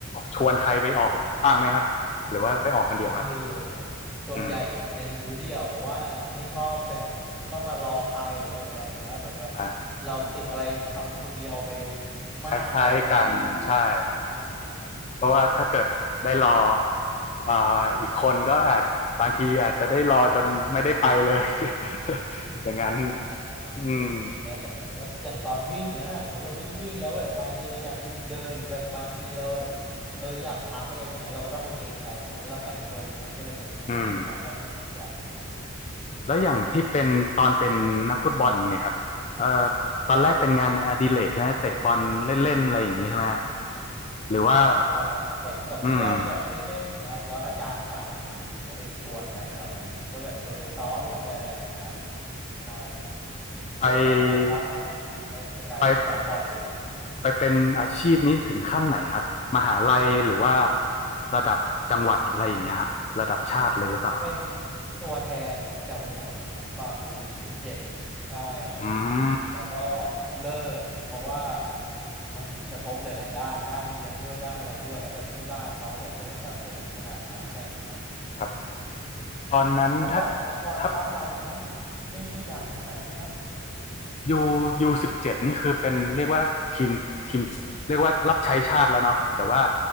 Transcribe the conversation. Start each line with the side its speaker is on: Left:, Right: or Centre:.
Left: ชวนใครไปออกบ้างไหมครับหรือว่าไปออกคนเดียวครับ
Centre: ไม่เลยครับส่วนใหญ่เน้นบูธเดียวเพราะว่าไม่ชอบแบบต้องมารอใครหรือแบบอะไรอย่างเงี้ยเหมือนแบบ
Left: อืมอ่า
Centre: เราติดอะไรทำคนเดียวไปมากแล้วอะมันก็
Left: คล้ายๆกันใช่
Centre: ใช่
Left: เพราะว่าถ้าเกิดได้รออ่าอีกคนก็อาจบางทีอาจจะได้รอจนไม่ได้ไปเลย <laughs> อย่างนั้น
Centre: ใช่ครับใช่
Left: อืม
Centre: แล้วสมมติว่าอย่างตอนวิ่งเนี้ยนะสมมติเราวิ่งวิ่งแล้วแบบบางทีเราอยากหยุดเดินหรือแบบบางทีเราแบบเอออยากพักอะไรอย่างเงี้ยเราก็ต้องมาเกรงใจคนที่เราไปด้วยใช่ไหมก็เลยตัดสินใจโอ้ไม่เอาไปคนเดียวดีกว่าอะไรอย่างเงี้ย
Left: อืม แล้วอย่างที่เป็นตอนเป็นนักฟุตบอลเนี่ยครับเอ่อตอนแรกเป็นงานอดิเรกใช่ไหมเตะบอลเล่นๆอะไรอย่างนี้ใช่ไหมฮะ
Centre: ใช่
Left: หรือว่า
Centre: ใช่ครับตอนแรกไปกับเพื่อนแบบเล่นๆเงี้ยครับแล้วอาจารย์ผ่านมาเห็นมาดีก็เลยชวนไปตอนนั้นก็แบบชวนไปซ้อมชวนไปอะไรอย่างเงี้ยครับ
Left: อืม
Centre: ใช่ครับกิจกรรมยามว่าง
Left: ไป
Centre: ก็จะกลายเป็นซ้อมบอลไปเลย
Left: ไปไปเป็นอาชีพนี้ถึงขั้นไหนครับมหาลัยหรือว่าระดับจังหวัดอะไรอย่างเงี้ยครับระดับชาติเลยหรือเปล่า
Centre: เป็นตัวแทนเยาวชนครับตอนยูสิบเจ็ดใช่ครับ
Left: อืม
Centre: แล้วก็เลิกเพราะว่ามันกระทบหลายๆด้านด้านเรียนด้วยด้านอะไรด้วยแล้วแบบที่บ้านเขาก็แบบไม่ได้สนับสนุนขนาดนั้นอะไรอย่างเงี้ยครับ
Left: ครับ
Centre: อืม
Left: ตอนนั้นถ้า
Centre: เพราะเมื่อก่อนบอร์ดบ้านเรามันไม่
Left: ถ้า
Centre: ไม่ได้ดังขนาดนั้นเนาะ
Left: ยูยูสิบเจ็ดนี่คือเป็นเรียกว่าทีมทีมเรียกว่ารับใช้ชาติแล้วเนาะแต่ว่า